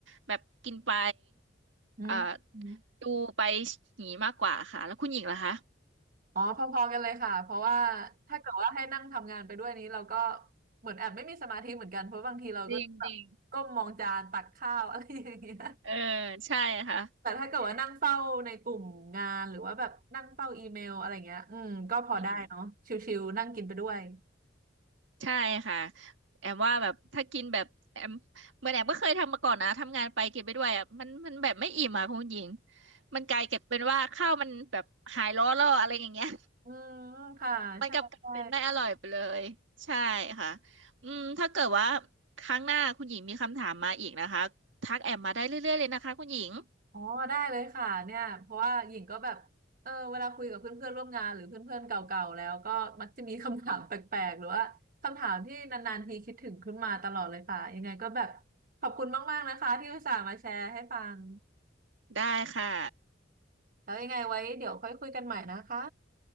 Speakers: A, on the right; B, on the right.
A: แบบกินไป
B: อื
A: เอ่อ
B: ม
A: ดูไปหนีมากกว่าค่ะแล้วคุณหญิงล่ะคะ
B: อ๋อพอๆกันเลยค่ะเพราะว่าถ้าเกิดว่าให้นั่งทำงานไปด้วยนี้เราก็เหมือนแอบไม่มีสมาธิเหมือนกันเพราะบางทีเราก็ต้องแบบก้มมองจานตักข้าว
A: จริงจริง
B: <laughs> อะไรอย่างเงี้ย
A: เออใช่ค่ะ
B: แต่ถ้าเกิดว่านั่งเฝ้าในกลุ่มงานหรือว่าแบบนั่งเฝ้าอีเมลอะไรเงี้ยอืมก็พอได้เนาะชิวๆนั่งกินไปด้วย
A: อืม ใช่ค่ะแอมว่าแบบถ้ากินแบบแอมเหมือนแอมก็เคยทำมาก่อนนะทำงานไปกินไปด้วยอ่ะมันมันแบบไม่อิ่มอ่ะคุณหญิงมันกลายเก็บเป็นว่าข้าวมันแบบหายร้อนแล้วอะไรอย่างเงี้ย
B: อืมค่ะใช่ใช่
A: <laughs> มันกลับกลายเป็นไม่อร่อยไปเลยใช่ค่ะอืมถ้าเกิดว่าครั้งหน้าคุณหญิงมีคำถามมาอีกนะคะทักแอมมาได้เรื่อยๆเลยนะคะคุณหญิง
B: อ๋อได้เลยค่ะเนี่ยเพราะว่าหญิงก็แบบเออเวลาคุยกับเพื่อนๆร่วมงานหรือเพื่อนๆเก่าๆแล้วก็มักจะมีคำถาม
A: อืม
B: <laughs> แปลกๆหรือว่าคำถามที่นานๆทีคิดถึงขึ้นมาตลอดเลยค่ะยังไงก็แบบขอบคุณมากๆนะคะที่อุตส่าห์มาแชร์ให้ฟัง
A: ได้ค่ะ
B: แล้วยังไงไว้เดี๋ยวค่อยคุยกันใหม่นะคะ